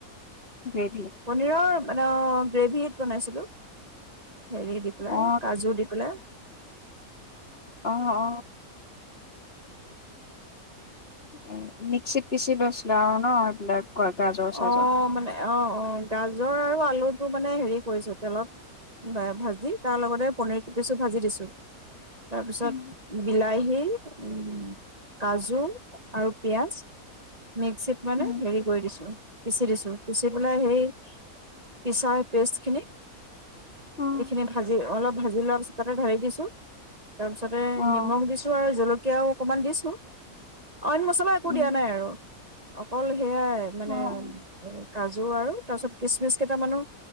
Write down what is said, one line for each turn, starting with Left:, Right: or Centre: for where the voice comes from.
Left: গ্ৰেভী।
Right: পনীৰৰ মানে অ গ্ৰেভীত বনাইছিলো। হেৰি দি পেলাই
Left: অ',
Right: কাজু দি পেলাই।
Left: অ অ। উম মিক্সিত পিচি লৈছিলো আৰু ন এইবিলাক। গাজৰ চাজৰ।
Right: অ মানে অ অ গাজৰ আৰু আলুটো মানে হেৰি কৰিছো তেলত বা ভাজি তাৰ লগতে পনীৰ কেইপিছো ভাজি দিছো। তাৰপিছত
Left: উম,
Right: বিলাহী উম কাজু আৰু পিয়াজ মিক্সিত মানে
Left: উম,
Right: হেৰি কৰি দিছো। পিচি দিছো, পিচি পেলাই সেই পিছা পেষ্টখিনি
Left: অ',
Right: এইখিনি ভাজি অলপ ভাজি লোৱা পিছত তাতে ঢালি দিছোঁ। তাৰ পিছতে
Left: অ',
Right: নিমখ দিছো আৰু জলকীয়াও অকমান দিছোঁ। অইন মছলা একো
Left: উম,
Right: দিয়া নাই আৰু অকল সেয়াই মানে
Left: অ', অ',
Right: কাজু আৰু তাৰপিছত কিচমিচ কেইটামানো